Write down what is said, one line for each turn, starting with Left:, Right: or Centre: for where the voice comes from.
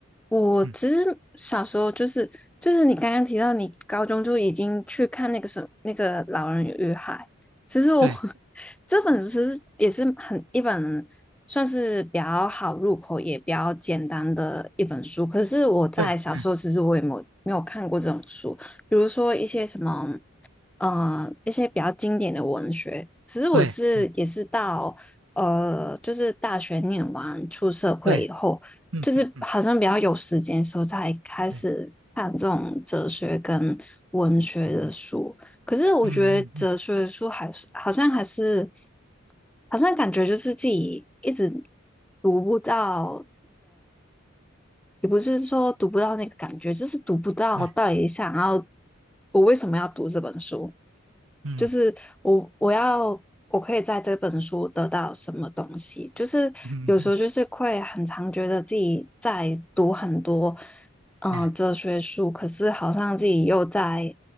Centre: 我其实小时候就是就是你刚刚提到你高中就已经去看那个什么那个《老人与海》，
Right: 嗯，
Centre: 其实我
Right: 对
Centre: <laughs> 这本其实也是很一本算是比较好入口也比较简单的一本书，可是我在小时候其实我也没有没有看过这种书，
Right: 对，嗯
Centre: 比如说一些什么嗯，一些比较经典的文学。其实我是也是到呃，
Right: 对，嗯
Centre: 就是大学念完出社会以后，
Right: 对，嗯嗯嗯
Centre: 就是好像比较有时间的时候才开始看这种哲学跟文学的书。
Right: 对，
Centre: 可是我觉得哲学的书还是好像还是
Right: 嗯嗯嗯
Centre: 好像感觉就是自己一直读不到，也不是说读不到那个感觉，就是读不到到底想要
Right: 对，
Centre: 我为什么要读这本书。
Right: 嗯
Centre: 就是我我要我可以在这本书得到什么东西？就是有时候就是会很常觉得自己在读很多
Right: 嗯嗯嗯哎嗯。嗯嗯嗯嗯嗯嗯嗯嗯嗯
Centre: 嗯、呃哲学书，可是好像自己又在